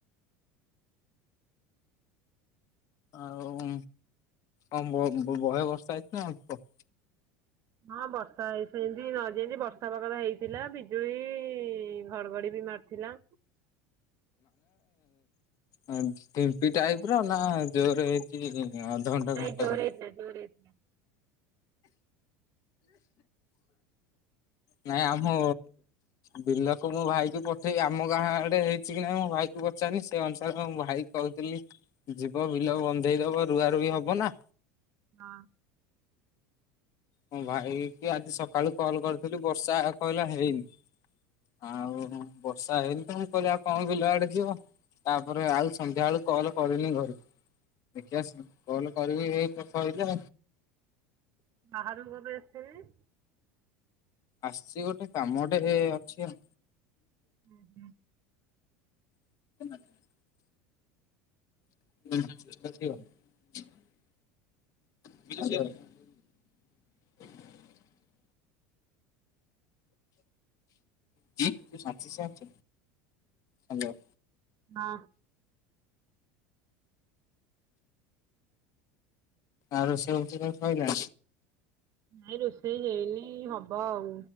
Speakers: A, on the left; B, on the right.
A: ଆଉ କ ବହେ ବର୍ଷା ହେଇଛି ନା ଅଳ୍ପ?
B: ହଁ ବର୍ଷା ହେଇ ସେମତି ନ ଯେମତି ବର୍ଷା ହେବାକଥା ହେଇଥିଲା ବିଜୁଳି ଘଡଘଡି ମାରିଥିଲା।
A: ହିଁ ଟିପି ଟାଇପିର ନା ଜୋରେ ହେଇଛି? ହଁ ଅଧ ଘଣ୍ଟେ
B: ନାଇଁ
A: ଘଣ୍ଟେ
B: ଜୋରେ
A: ଖ
B: ହେଇଥିଲା ଜୋରେ ହେଇଥିଲା
A: ନାଇଁ ଆମ ବିଲକୁ ମୁଁ ଭାଇ କ ପଠେଇବି ଆମ ଗାଁ ଆଡେ ହେଇଛି କି ନାଇଁ ମୋ ଭାଇ କ ପଚାରି ସେ ଅନୁସାରେ ମୁଁ ଭାଇ କହୁଥିଲି ଯିବ ବିଲ ବନ୍ଧେଇ ଦବ ରୁଆ ରୁଇ ହବ ନା?
B: ହଁ।
A: ମୁଁ ଭାଇ କି ଆଜି ସକାଳୁ କଲ କରିଥିଲୁ ବର୍ଷା କହିଲା ହେଇନି। ଆଉ ବର୍ଷା ହେଇନି ତ ମୁ କହିଲ ଆଉ କଣ କିଲ ଆଡେ ଯିବ। ତାପରେ ଆଉ ସନ୍ଧ୍ୟା ବେଳୁ କଲ କରିନି ଘରୁକୁ। ଦେଖି ଆସନୁ କଲ କରିବି ଏଇ ତ ସଇଲା।
B: ବାହାରୁୁ କବେ ଆସିଶାଇଲନି
A: ଆସଚି ଗୋଟେ କାମ ଟେ ହେ ଅଛି ଆଉ।
B: ହୁଁ ହୁଁ।
A: <unintelligible> <unintelligible> <unintelligible> <inaudible> ହାଲୋ।
B: ହଁ।
A: ଆର ସେ ହଉଚି କା କହିଲା
B: ନାଇଁ ରୋଷେଇ ହେଇନି ହବ ଆଉ